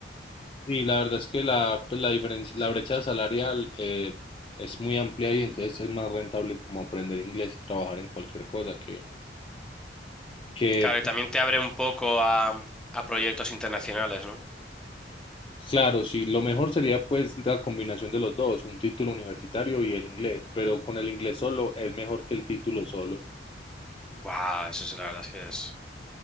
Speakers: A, on the left; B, in the centre.
A: Sí, la verdad es que la, pues, la diferencia, la brecha salarial eh, es muy amplia y entonces es más rentable como aprender inglés y trabajar en cualquier cosa que, que
B: Claro, y también te abre un poco a, a proyectos internacionales, ¿no?
A: claro, sí, lo mejor sería pues la combinación de los dos, un título universitario y el inglés, pero con el inglés solo es mejor que el título solo.
B: Buah, eso es, la verdad es que es,